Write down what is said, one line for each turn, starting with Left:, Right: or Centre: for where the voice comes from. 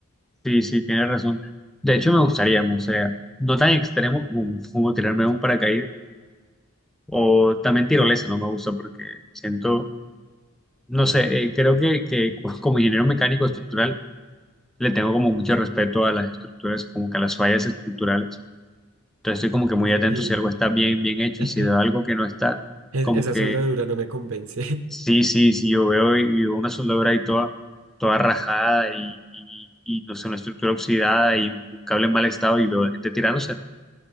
Centre: sí, sí, tienes razón. De hecho, me gustaría, o sea, no tan extremo como, como tirarme de un paracaídas O también tirolesa no me gusta porque siento, no sé, eh, creo que, que <laughs> cu- como ingeniero mecánico estructural le tengo como mucho respeto a las estructuras, como que a las fallas estructurales. Entonces estoy como que muy atento
Right: Sí,
Centre: si algo está bien, bien hecho
Right: <laughs>
Centre: y si veo algo que no está,
Right: Es-
Centre: como
Right: esa
Centre: que
Right: soldadura no me convence.
Centre: sí, sí, sí, yo veo, y veo una soldadura ahí toda, toda rajada y, y, y, no sé, una estructura oxidada y un cable en mal estado y veo gente tirándose.